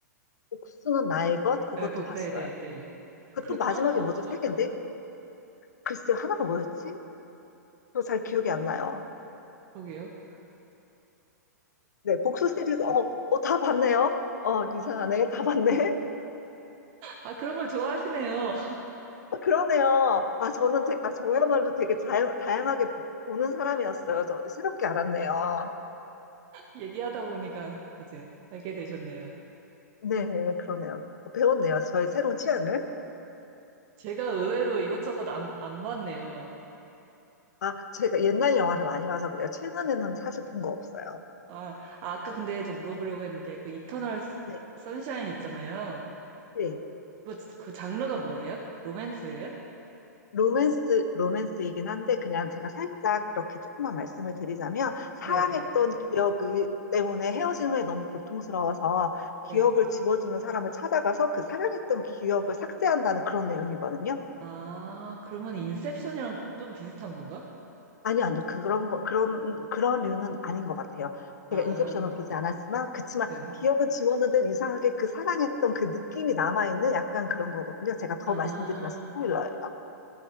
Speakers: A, on the left; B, on the right.
A: 복수는 나의 것 그것도
B: 네. 아, 복,
A: 봤어요.
B: 네네네.
A: 그
B: 그리고
A: 네. 또 마지막에
B: 또 하나가
A: 뭐죠?
B: 뭐죠?
A: 세 개인데? 글쎄요, 하나가 뭐였지? 저 잘 기억이 안 나요.
B: 그러게요.
A: 네, 복수 시리즈, 어, 어, 다 봤네요. 어, 이상하네. 다 봤네.
B: 아, 그런 걸 좋아하시네요.
A: 아, 그러네요. 아, 저는, 되, 아, 저야말로 되게 다양, 다양하게 보, 보는 사람이었어요. 저 새롭게 알았네요.
B: 얘기하다 보니까 이제 알게 되셨네요.
A: 네, 그러네요. 배웠네요. 저의 새로운 취향을.
B: 제가 의외로 이것저것 안, 안 봤네요.
A: 아, 제가 옛날 영화를 많이 봐서 그래요. 최근에는 사실 본 거 없어요.
B: 아, 아, 아까 근데 저 물어보려고 했는데 그 이터널
A: 네,
B: 선샤인 있잖아요.
A: 네.
B: 그, 그 장르가 뭐예요? 로맨스예요?
A: 로맨스, 로맨스이긴 한데, 그냥 제가 살짝 이렇게 조금만 말씀을 드리자면, 사랑했던
B: 네네.
A: 기억 때문에 헤어진 후에 너무 고통스러워서 기억을
B: 네.
A: 지워주는 사람을 찾아가서 그 사랑했던 기억을 삭제한다는 그런 내용이거든요.
B: 아, 그러면 인셉션이랑 좀 비슷한 건가?
A: 아니요, 아니요. 그런 거, 그런, 그런 류는 아닌 것 같아요.
B: 아,
A: 제가 인셉션은 보지 않았지만, 그치만
B: 네.
A: 기억은 지웠는데 이상하게 그 사랑했던 그 느낌이 남아있는 약간 그런 거거든요. 제가 더
B: 아,
A: 말씀드리면 스포일러예요.